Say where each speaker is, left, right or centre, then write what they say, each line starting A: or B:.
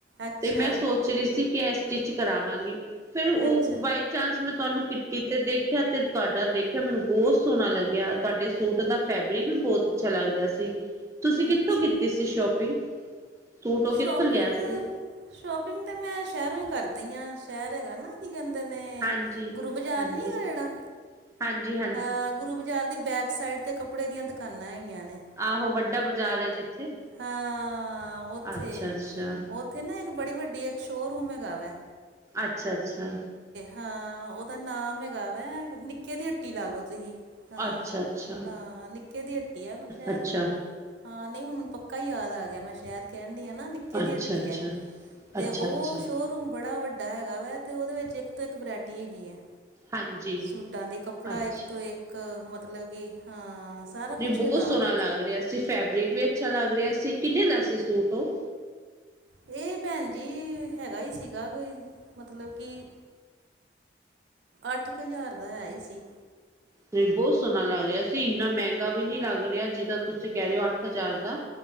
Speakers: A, on the right; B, on the right.
A: ਅੱਛਾ
B: ਤੇ ਮੈਂ ਸੋਚ ਰਹੀ ਸੀ ਕਿ ਇਹ ਸਟਿਚ ਕਰਾਵਾਂਗੀ, ਫੇਰ ਉਹ
A: ਅੱਛਾ
B: ਬਾਈ ਚਾਂਸ ਮੈਂ ਤੁਹਾਨੂੰ ਕਿੱਟੀ 'ਤੇ ਦੇਖਿਆ, ਤੇ ਤੁਹਾਡਾ ਦੇਖਿਆ ਮੈਨੂੰ ਬਹੁਤ ਸੋਹਣਾ ਲੱਗਿਆ ਤੁਹਾਡੇ ਸੂਟ ਦਾ ਫੈਬਰਿਕ ਵੀ ਬਹੁਤ ਅੱਛਾ ਲੱਗ ਰਿਹਾ ਸੀ, ਤੁਸੀਂ ਕਿੱਥੋਂ
A: ਅੱਛਾ
B: ਕੀਤੀ ਸੀ ਸ਼ੋਪਿੰਗ? ਸੂਟ ਉਹ ਕਿੱਥੋਂ
A: ਸ਼ੋਪਿੰਗ,
B: ਲਿਆ ਸੀ?
A: ਸ਼ੋਪਿੰਗ ਤਾਂ ਮੈਂ ਸ਼ਹਿਰੋਂ ਹੀ ਕਰਦੀ ਹਾਂ ਸ਼ਹਿਰ ਹੈਗਾ ਨਾ ਕੀ ਕਹਿੰਦੇ ਨੇ
B: ਹਾਂਜੀ।
A: ਗੁਰੂ ਬਾਜ਼ਾਰ
B: ਹਾਂਜੀ,
A: ਨੀ ਹੈਗਾ ਜਿਹੜਾ
B: ਹਾਂਜੀ, ਹਾ
A: ਹਾਂ ਗੁਰੂ ਬਾਜ਼ਾਰ ਦੀ ਬੈਕ ਸਾਈਡ ਤੇ ਕੱਪੜੇ ਦੀਆਂ ਦੁਕਾਨਾਂ ਹੈਗੀਆਂ ਨੇ।
B: ਆਹੋ ਵੱਡਾ ਬਾਜ਼ਾਰ ਹੈ ਜਿੱਥੇ
A: ਹਾਂ, ਉੱਥੇ,
B: ਅੱਛਾ, ਅੱਛਾ,
A: ਉੱਥੇ ਨਾ ਇੱਕ ਬੜੀ ਵੱਡੀ ਇੱਕ ਸ਼ੋਅਰੂਮ ਹੈਗਾ ਵਾ,
B: ਅੱਛਾ-ਅੱਛਾ।
A: ਹਾਂ ਉਹਦਾ ਨਾਮ ਹੈਗਾ ਵੈ ਨਿੱਕੇ ਦੀ ਹੱਟੀ ਲਾ ਲੋ ਤੁਸੀਂ। ਹਾਂ,
B: ਅੱਛਾ, ਅੱਛਾ,
A: ਹਾਂ ਨਿੱਕੇ ਦੀ ਹੱਟੀ ਆ ਸ਼ਾਇਦ
B: ਅੱਛਾ,
A: ਹਾਂ ਨਹੀਂ ਹੁਣ ਮੈਨੂੰ ਪੱਕਾ ਹੀ ਯਾਦ ਆ ਗਿਆ ਮੈਂ ਸ਼ਹਿਰ ਕਹਿਣ ਡਹੀ ਆ ਨਾ ਨਿ ਨਿੱਕੇ
B: ਅੱਛਾ, ਅੱਛਾ,
A: ਦੀ ਹੱਟੀ ਐ, ਤੇ
B: ਅੱਛਾ,
A: ਉਹ
B: ਅੱਛਾ।
A: ਸ਼ੋਅ ਰੂਮ ਬੜਾ ਵੱਡਾ ਵੱਡਾ ਹੈਗਾ ਵਾ ਤੇ ਉਹਦੇ ਵਿੱਚ ਇੱਕ ਤੋਂ ਇੱਕ ਵਰਾਇਟੀ ਹੈਗੀ ਐ।
B: ਹਾਂਜੀ,
A: ਸੂਟਾਂ ਦੇ ਕੱਪੜਾ
B: ਅੱਛਾ,
A: ਇੱਕ ਤੋਂ ਇੱਕ ਮਤਲਬ ਕਿ ਹਾਂ ਸਾਰਾ ਕੁਛ
B: ਤੇ ਬਹੁਤ
A: ਹੈਗਾ
B: ਸੋਹਣਾ
A: ਉਹਦੇ 'ਚ
B: ਲੱਗ ਰਿਹਾ ਸੀ ਫੈਬਰਿਕ ਵੀ ਅੱਛਾ ਲੱਗ ਰਿਹਾ ਸੀ ਕਿੰਨੇ ਦਾ ਸੀ ਸੂਟ ਉਹ
A: ਇਹ ਭੈਣ ਜੀ ਹੈਗਾ ਹੀ ਸੀਗਾ ਕੋਈ ਮਤਲਬ ਕਿ ਅੱਠ ਕੁ ਹਜ਼ਾਰ ਦਾ ਹੈ ਹੀ ਸੀ।
B: ਤੇ ਬਹੁਤ ਸੋਹਣਾ ਲੱਗ ਰਿਹਾ ਸੀ ਇੰਨਾ ਮਹਿੰਗਾ ਵੀ ਨੀ ਲੱਗ ਰਿਹਾ ਜਿੰਨਾ ਤੁਸੀਂ ਕਹਿ ਰਹੇ ਹੋ ਅੱਠ ਹਜ਼ਾਰ ਦਾ।